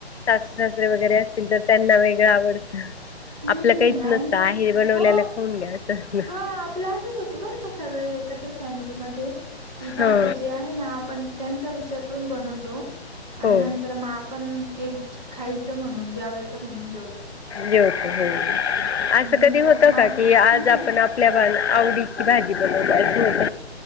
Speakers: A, on the left (about 75°); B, on the right (about 45°).
A: सासू सासरे वगैरे असतील तर त्यांना वेगळं आवडतं.
B: हम्म
A: आपलं काहीच
B: आणि
A: नसतं आहे बनवल्याला.
B: हो
A: खाऊन घ्या असं असतं.
B: हा आपलं असंच होतं बरं का सगळे एकत्र फॅमिलीमध्ये. की जाऊ
A: हो
B: त्या्या जे आहे ना आपण त्यांचा विचार करून बनवतो आणि
A: हो
B: नर तर मग आपण एक गोष्ट खायचं म्हणून जेवायचं म्हणून जेवतो.
A: जेवतो हो असं
B: मी
A: कधी
B: तर
A: होत
B: मा
A: का की आज
B: हा
A: आपण आपल्या. आवडीची भाजी बनव अस होत.